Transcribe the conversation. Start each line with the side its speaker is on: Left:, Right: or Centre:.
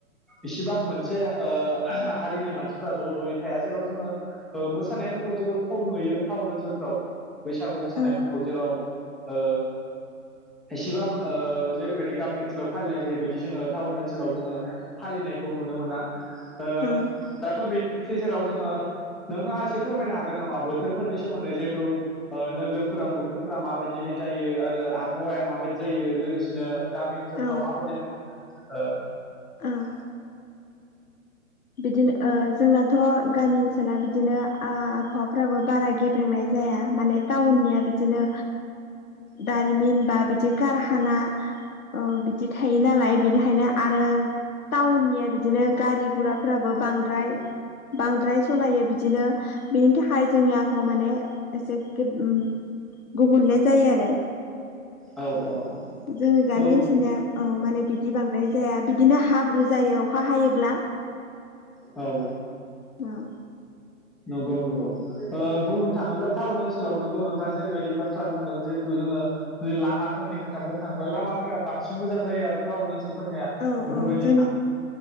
Centre: इसिबां मोनसे ओ हारिनि मानसिफ्रा ज' ज'यै थाया जेराव जोङो ओ मोसानायफोरखौ जोबोर खम नुयो टाउन ओनसोलफोराव। बैसागु मोसानायफोरखौ
Left: औ
Centre: जेराव ओ एसेबां ओ जेरैबायदि गामि ओनसोलाव फालिनाय जायो। बिदि जोङो टाउन ओनसोलाव जोङो फालिनायखौ नुनो मोना। ओ
Left: औ
Centre: दाथ' बिदि जेराव जोङो नोंथाङा एसे फोरमायनो हागोन नामा बोथोरफोरनि सोमोन्दै जिहेथु ओ नोगोरफोराव बोथोरफोरा माबायदिहाय जायो आरो आबहावाया माबायदि जायो लोगोसेनो गामि ओनसोल
Left: औ
Centre: फ्राव माबायदि ओ
Left: औ बिदिनो ओ जोंनाथ' गामि ओनसोला बिदिनो आबहावाफ्राबो बारा गेब फोरोंनाय जाया। माने टाउननिया बिदिनो दारिमिन बा बिदि कारखाना अ बिदि थायो नालाय बिनिखायनो आरो टाउननिया बिदिनो गारि गुरा फोराबो बांद्राय। बांद्राय सलायो बिदिनो बिनि थाखाय जोंनि आबहावा माने एसे गेब ओ गुबुनले जायो आरो।
Centre: ओ औ औ
Left: जोङो गामि
Centre: औ
Left: ओनसोलनिया औ माने बिदि बांद्राय जाया बिदिनो हाब्रु जायो अखा हायोब्ला।
Centre: <inaudible> औ।
Left: उम।
Centre: नंगौ नंगौ। ओ बुंनो थाङोब्ला टाउन ओनसोलाव नंगौ नोंथाङा जेरैबायदि बाथ्रा बुंदों जिहेथु जोङो जे लामाफोरनि खोथा बुंनो थाङोब लामाफोरा बांसिन मोजां जायो टाउन ओनसोल फोरनिया।
Left: औ
Centre: बेफोरबायदि
Left: औ जोंनि
Centre: हा